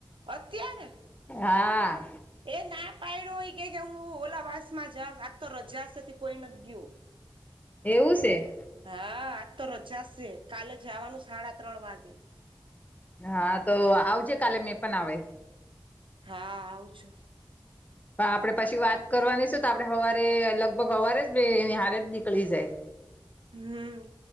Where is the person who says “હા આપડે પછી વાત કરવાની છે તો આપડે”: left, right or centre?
Left